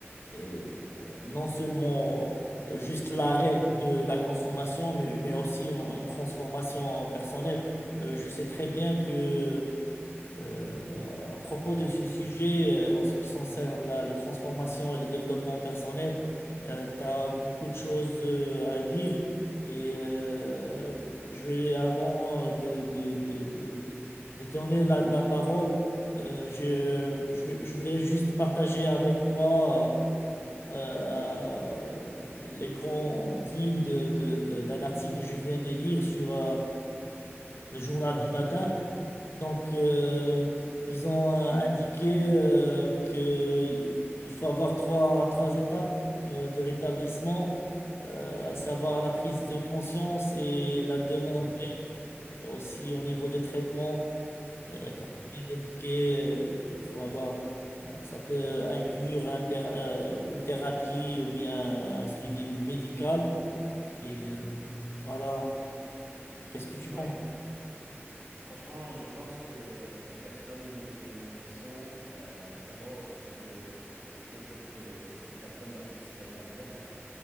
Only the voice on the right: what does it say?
Mhm,
tout
à fait,
oui.
Voilà, exactement.
Ouais,
Franchement, je pense que toute personne qui a une addiction, euh, d'abord, il faut que pour que pour que cette personne-là puisse se rétablir,